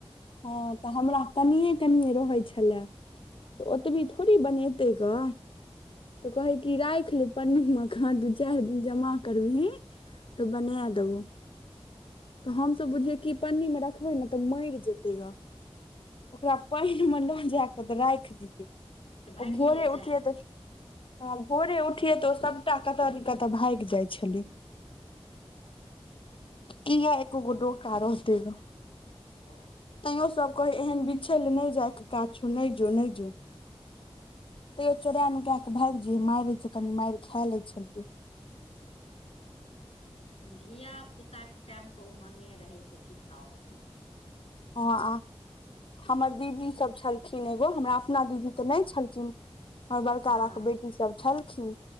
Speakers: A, on the left (about 55°); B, on the left (about 80°).
A: हँ तऽ हमरा कनिट ने रहै छल तऽ ओतबी थोड़ी बनेतै गा। तऽ कहे कि राखि लेब पन्नी मका दू चारि दिन जमा करबही। तऽ बनाय देबौ। तऽ हमस बुझिय कि पन्नी मे रखबै ने तऽ मरि जेतै ओकरा पानिमे लऽ जा कऽ तऽ राखि दियै
B: भागिए
A: ओ भोरे
B: जा
A: उठियै त ह भोरे उठियै तऽ ओ सभटा कतऽ ने कतऽ भागि जाइत छलै किया एको गो डोका रहोतै ग
B: क
A: तैयो सभ कहै एहन बिछै ल नहि जायके काछो नहि जो नहि जो तैयो चोरा नुका कऽ भागि जे मारित छै कनि मारि खा लै छलियै
B: धियापुताके टाइमके ओ उमागे रहै छै किछु आओर
A: ह आ हमर दीदी सभ छल खिन एगो हमरा अपना दीदी तऽ नहि छलखिन हमर बड़का
B: हँ
A: बा के बेटी सभ छलखिन